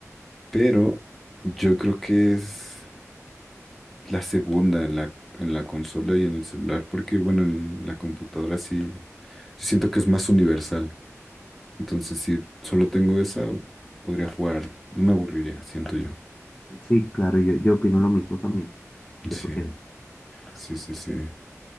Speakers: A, in the centre; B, on the left.
A: Pero yo creo que es... la segunda en la, en la consola y en el celular, porque bueno, en la computadora sí, sí siento que es más universal. Entonces, si solo tengo esa, podría jugar, no me aburriría, siento yo.
B: Sí, claro, yo, yo opino lo mismo también, 100%.
A: Sí, sí, sí, sí.